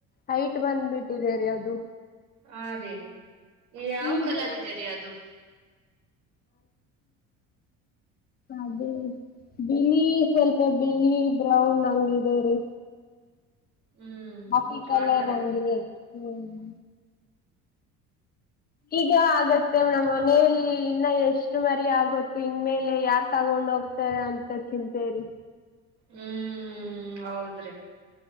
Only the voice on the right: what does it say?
ಹಾ ರೀ ಯಾವ್
ಕಲರ್ ಇದೆರಿ ಅದು
ಹ್ಮ್
ಆತರ
ಹ್ಮ್ ಹೌದ್ರಿ